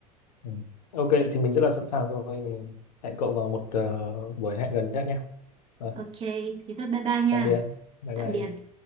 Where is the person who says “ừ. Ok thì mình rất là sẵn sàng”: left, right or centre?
Left